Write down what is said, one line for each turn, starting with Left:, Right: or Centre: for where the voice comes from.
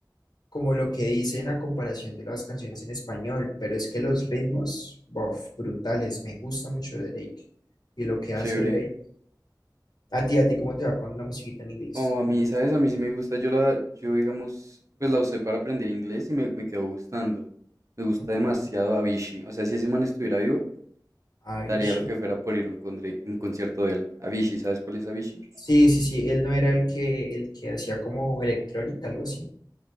Left: como lo que dicen a comparación de las canciones en español, pero es que los ritmos, bof, brutales. Me gusta mucho Drake. Y lo que
Right: Qué chévere.
Left: hace Drake A ti, a ti, ¿cómo te va con la musiquita en inglés?
Right: Oh, a mí, ¿sabes? A mí sí me gusta. Yo la, yo digamos, pues la usé para aprender inglés y me, me quedó gustando. Me gusta
Left: Ok.
Right: demasiado Avicii. O sea, si ese man estuviera vivo,
Left: Ay,
Right: daría
Left: shit.
Right: lo que fuera por ir a un, condre- un concierto de él. Avicii, ¿sabes cuál es Avicii?
Left: Sí, sí, sí, él no era el que, el que hacía como electrónica, algo así.